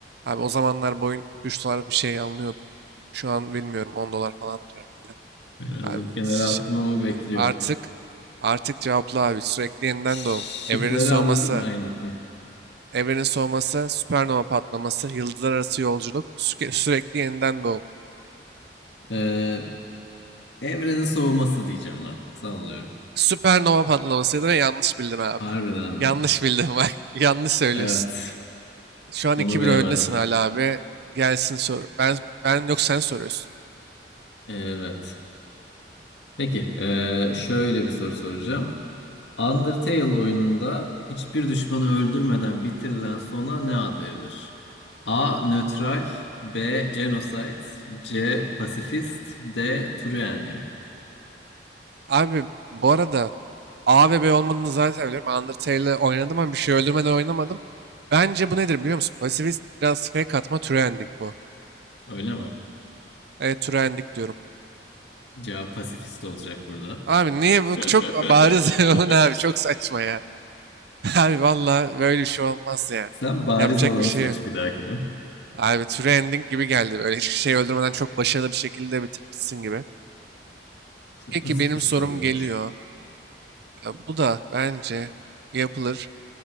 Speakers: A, on the right; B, on the left.
A: Abi o zamanlar boyun 3 dolar bir şey alınıyordu. Şu an bilmiyorum 10 dolar falandır herhalde.
B: Ben aldım
A: Abi
B: kenara
A: ş-
B: attım ama bekliyor.
A: artık artık cevapla abi. Sürekli yeniden
B: Şıkları
A: doğum. Evrenin soğuması.
B: alabilir mi? Aynen. Hı.
A: Evrenin soğuması, süpernova patlaması, yıldızlar arası yolculuk, süke- sürekli yeniden doğum.
B: Ee, evrenin soğuması diyeceğim ben. Sallıyorum.
A: Süpernova patlamasıydı ve yanlış bildin abi.
B: Harbiden
A: Yanlış
B: mi?
A: bildin bak. <laughs> Yanlış söylüyorsun.
B: Evet.
A: Şu an
B: Bunu
A: iki
B: bilemedim.
A: bir öndesin hala abi. Gelsin sor. Ben ben yok sen soruyorsun.
B: Evet. Peki. ee, şöyle bir soru soracağım. Undertale oyununda hiçbir düşmanı öldürmeden bitirilen sona ne ad verilir? A. Nötral B. Genocide C. Pasifist D. True Ending
A: Abi bu arada A ve B olmadığını zaten biliyorum. Undertale'le oynadım ama bir şey öldürmeden oynamadım. Bence bu nedir biliyor musun? Pasifist biraz fake atma true ending bu.
B: Öyle mi?
A: Evet true ending diyorum.
B: Cevap pasifist olacak burada.
A: Abi niye bu
B: <laughs>
A: çok bariz <laughs> bu ne abi çok saçma ya. <laughs> Abi valla böyle bir şey olmaz ya.
B: Sen bariz
A: Yapacak
B: olanı
A: bir şey
B: seç
A: yok.
B: bir dahakine.
A: Abi True Ending gibi geldi. Böyle hiçbir şey öldürmeden çok başarılı bir şekilde bitirmişsin gibi.
B: İşte
A: Peki
B: pasifist
A: benim sorum
B: oluyormuş.
A: geliyor. E, Bu da bence yapılır.